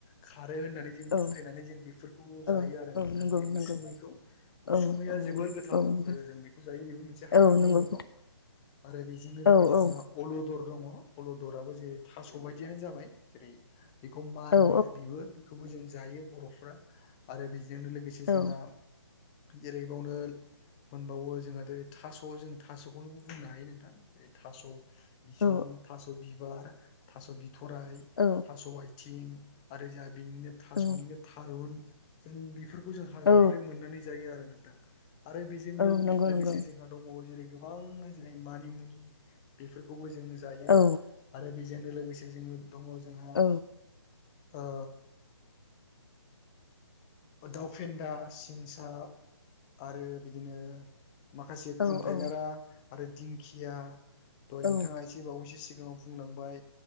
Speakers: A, on the left (about 15°); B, on the left (about 55°).
A: खारो होननानै। जों
B: औ
A: फोथायनानै जों बिफोरखौ जायो
B: औ
A: आरो
B: औ
A: नोंथां
B: नंगौ
A: बे
B: नंगौ
A: उसुमैखौ उसुमैया
B: औ औ नंगौ
A: जोबोर गोथाव।
B: औ नंगौ
A: ओ जों बिखौ जायो बिबो मोनसे हाग्रानि
B: औ नंगौ
A: मैगं आरो बि जोंनो लोगोसे
B: औ
A: जोंहा
B: औ
A: अल'दर दङ अलदराबो जे थास' बायदियानो जाबाय। जेरै बिखौ मा होनो
B: औ
A: बिबो बिखौबो जों जायो बर'फ्रा आरो बिजोंनो लोगोसे जे
B: औ
A: जोंहा जेरै बावनो मोनबावो जोंहा देरै थास' जों थास'खौनोबो बुंनो हायो नोंथां जेरै थास' बिसं
B: औ
A: थास' बिबार थास' बिथराइ
B: औ
A: थास आथिं आरो जोंहा बेनिनो थासनिनो
B: औ
A: थारुन जों बेफोरखौ जों हाग्रानिफ्राय
B: औ
A: मोननानै जायो आरो नोंथां आरो बेजोंनो
B: औ नंगौ
A: लोगोसे
B: नंगौ
A: जोंहा दंबावो जेरै गोबांनो जेरै मानिमुनि बेफोरखौबो जोङो जायो।
B: औ
A: आरो बेजोंनो लोगोसे जोङो दङ जोंहा
B: औ
A: ओ दाव फिनदा सिंसाब आरो बिदिनो माखासे खुन्थायाइनारा
B: औ औ
A: आरो दिंखिया दहय
B: औ
A: नोंथाङा एसे बावैसो सिगाङाव बुंलांबाय